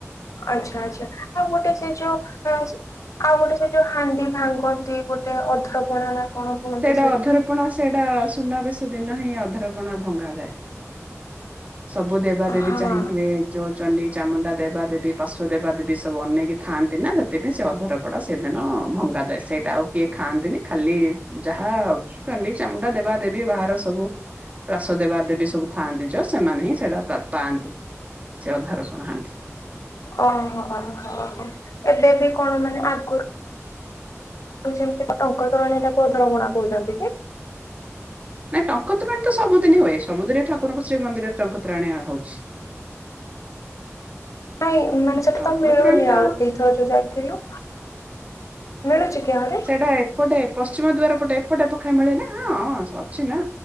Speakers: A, on the left; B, on the right.
A: ଆଚ୍ଛା ଆଚ୍ଛା ଆଉ ଗୋଟେ ସେ ଯୋଉ ଆଉ ଗୋଟେ ସେ ଯୋଉ ହାଣ୍ଡି ଭାଙ୍ଗନ୍ତି ଗୋଟେ ଅଧ୍ରପଣା ନା କଣ କୁହନ୍ତି
B: ସେଇଟା ଅଧରପଣା ସେଇଟା ସୁନାବେଶ ଦିନ ହିଁ ଅଧରପଣା ଭଙ୍ଗାାଯାଏ ସବୁ ଦେବା ଦେେବୀ
A: ହଁ
B: ଚାହିଁଥିବେ ଯୋଉ ଚଣ୍ଡି ଚାମୁଣ୍ଡା ଦେବା ଦେେବୀ ାର୍ଶଵ ଦେବାଦ ଦେବି ସବୁ ଅନ ନେଇକି ଥାଆନ୍ତି ନା ସେତପଁ ସେ ଅଧର କପଟା ସେଦିନ ଭଙ୍ଗାାଯାଏ ସେଇଟା ଆଉ କିଏ ଖାଆନ୍ତିନି ଖାଲି ଯାହା ଚଣ୍ଡୀ ଚାମୁଟା ଦେବା ଦେବି ବାହାର ସବୁ ରାସ ଦେବାଦେବି ସବୁ ଥାଆନ୍ତି ଯ ସେମାନେ ହିଁ ସେଇଟା ପାଆନ୍ତି। ସେରା ଭାର ନାହାନ୍ତି।
A: ଓହୋ ହୋ ହୋ ଏବେ ବି କଣ ମାନେ ଆଗରୁ ସେମିତି କ ଟଙ୍କ ତୋରାଣି ଟାକୁ ଅଧରପଣା କହୁଛନ୍ତି କି?
B: ନାଇଁ ଟଙ୍କତୋରାଣି ତ ସବୁଦିନ ହୁଏ ସବୁଦିନ ଠାକୁରଙ୍କୁ ଶ୍ରୀ ମନ୍ଦିରେ ଟଙ୍କ ତୋରାଣି ହଉଛି। <inaudible>
A: ନାଇଁ ମାନେ ସେଟା
B: ଟଙ୍କ
A: ତ ମିଳୁନି
B: ତୋରାଣି ତ
A: ଆଉ ଏଇଥର ଯୋଉ ଯାଇଥିଲୁ ମିଳୁଛି। କି ଆହୁରି?
B: ସେଇଟା ଏପଟେ ପଶ୍ଚିମ ଦୁଆର ପଟେ ଏପଟେ ପଖାଏ ମିଳେ ନା ହଁ ହଁ ଅଛି ନା